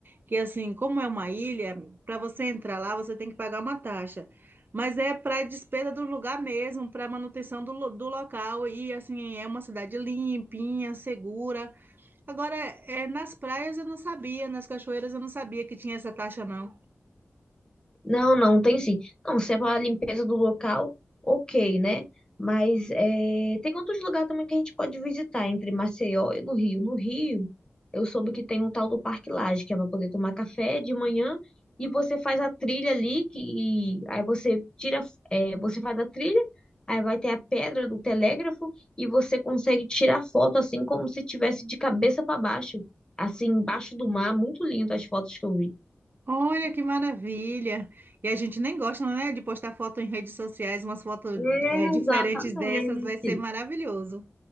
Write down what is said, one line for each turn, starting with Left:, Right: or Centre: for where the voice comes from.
Right: que assim, como é uma ilha, para você entrar lá, você tem que pagar uma taxa. Mas é para despesa do lugar mesmo, para manutenção do, lo- do local e assim, é uma cidade limpinha, segura. Agora, é, nas praias eu não sabia, nas cachoeiras eu não sabia que tinha essa taxa não.
Left: Não, não tem sim. Não, se é para limpeza do local, ok, né? Mas é, tem outros lugares também que a gente pode visitar, entre Maceió e no Rio. No Rio, eu soube que tem um tal do Parque Lage, que é para poder tomar café de manhã e você faz a trilha ali, que aí você tira, é, você faz a trilha, aí vai ter a pedra do telégrafo e você consegue tirar foto assim como se tivesse de cabeça para baixo, assim, embaixo do mar. Muito lindo as fotos que eu vi.
Right: Olha que maravilha! E a gente nem gosta, né, de postar foto em redes sociais, umas fotos
Left: É,
Right: é, diferentes
Left: exatamente.
Right: dessas, vai ser maravilhoso